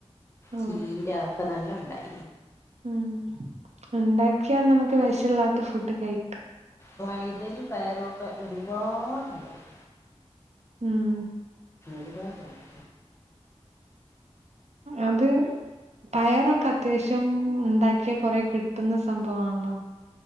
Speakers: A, on the right (about 80°); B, on the left (about 25°).
A: ഓ
B: ചീര ഒക്കെ നല്ല ഉണ്ടായി.
A: ഉം ഉണ്ടാക്കിയാൽ നമുക്ക് വിശയില്ലാത്ത ഫുഡ് കഴി
B: വഴുതനയും പയറും ഇപ്പ ഒരുപാടുണ്ടായി.
A: ഉം
B: ഒരുപാടുണ്ടായി
A: അത് പയറൊക്കെ അത്യാവശ്യം ഉണ്ടാക്കിയാ കൊറെ കിട്ടുന്ന സംഭവമാണല്ലോ